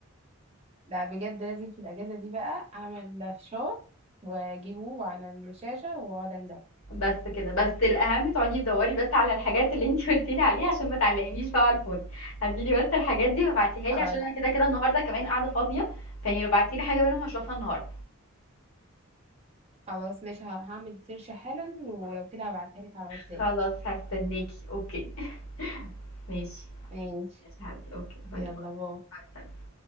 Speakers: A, on the right; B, on the left.
A: لا بجد لازم في الاجازة دي بقى اعمل فشار واجيبه على الشاشة واقعد اندب
B: بس كده بس الأهم تقعدي تدوري بس على الحاجات اللي انتي قلتي لي عليها عشان ما تعلقنيش بقى على الفاضي هاتي لي بس الحاجات دي وابعتيها
A: حاضر.
B: لي عشان انا كده كده النهارده كمان قاعدة فاضية فاني لو بعتي لي حاجة منهم هشوفها النهارده
A: خلاص ماشي ه- هعمل سيرش حالا ولو كده هبعتها لك على واتساب
B: خلاص هستناكي اوكي <laughs> ماشي
A: ماشي
B: ماشي يا حبيبتي اوكي باي
A: يلا
B: باي
A: باي
B: مع السلامة.